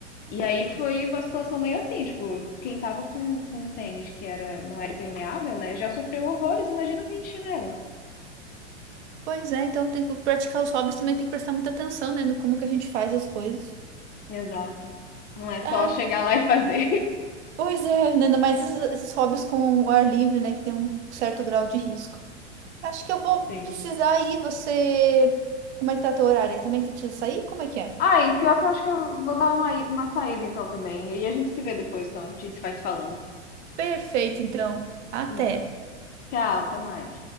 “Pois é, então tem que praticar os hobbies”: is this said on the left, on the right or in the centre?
Right